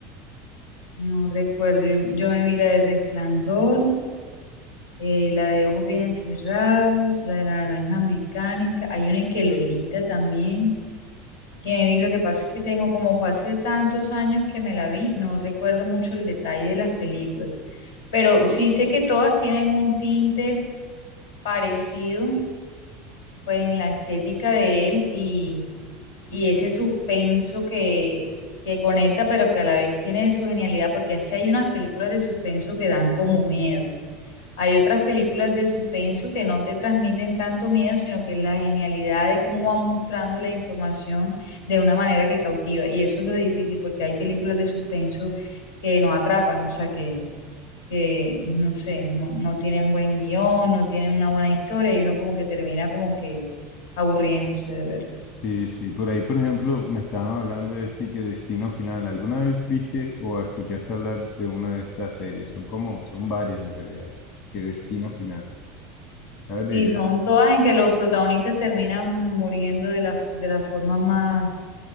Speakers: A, on the left; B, on the left.
A: No recuerdo, yo, yo me vi la de Resplandor. eh, la de ojos bien cerrados, la de la naranja mecánica, hay una en que Lolita también, que me vi, lo que pasa es que tengo, como fue hace tantos años que me la vi, no recuerdo mucho el detalle de las películas, pero sí sé que todas tienen un tinte parecido, pues en la estética de él y, y ese suspenso que, que conecta, pero que a la vez tiene su genialidad, porque es que hay unas películas de suspenso que dan como miedo. Hay otras películas de suspenso que no te transmiten tanto miedo, sino que es la genialidad de cómo van mostrando la información de una manera que cautiva. Y eso es lo difícil, porque hay películas de suspenso que no atrapan, o sea, que, que no sé, no, no tienen buen guión, no tienen una buena historia y uno como que termina como que aburriéndose de verlas.
B: Sí, sí, por ahí, por ejemplo, me estaban hablando de este y que Destino Final. ¿Alguna vez viste o escuchaste hablar de una de estas series? Son como, son varias en realidad. qué Destino Final. ¿Sabes de
A: Sí,
B: qué?
A: son todas en que los protagonistas terminan muriendo de la, de las formas más